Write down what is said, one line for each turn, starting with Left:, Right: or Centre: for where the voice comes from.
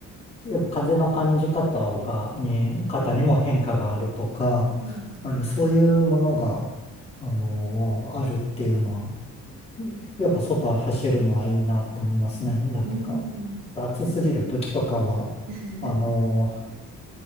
Left: やっぱ風の感じ方をが、に、
Right: うん。
Left: 方にも変化があるとか、
Right: うんうん。
Left: あの、そういうものが、あの、あるっていうのは、やっぱ外走るのはいいなと思いますね。なんとか、
Right: うー
Left: ちょっと暑すぎる時とかは、
Right: ん。確かに。<laughs>
Left: あのー